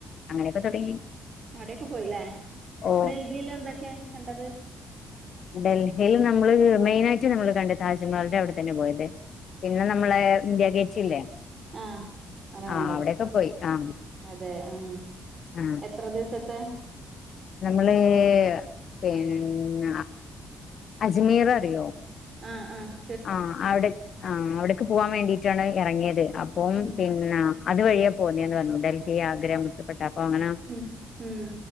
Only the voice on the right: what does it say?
അവിടെയൊക്കെ പോയില്ലേ
ഡൽഹിൽ എന്തൊക്കെയാ കണ്ടത്
ആഹ അത് കണ്ടു
അതെ ഉ
എത്ര ദിവസത്തെയാ
ആ ആ
ഉം
ഉം
ഉം ഉം